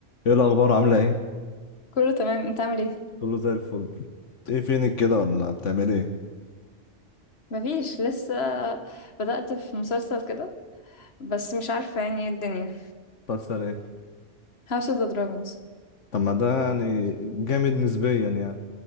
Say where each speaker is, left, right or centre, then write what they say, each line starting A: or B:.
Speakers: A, on the left (about 75°); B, on the left (about 55°).
A: ايه الاخبار عامله ايه
B: كله تمام انت عامل ايه
A: كله زي الفل ايه فينك كده ولا بتعمل ايه
B: مفيش لسه بدأت في مسلسل كده بس مش عارفة يعني ايه الدنيا
A: بتحصل ايه
B: House of the Dragons
A: طب ما ده يعني جامد نسبيا يعني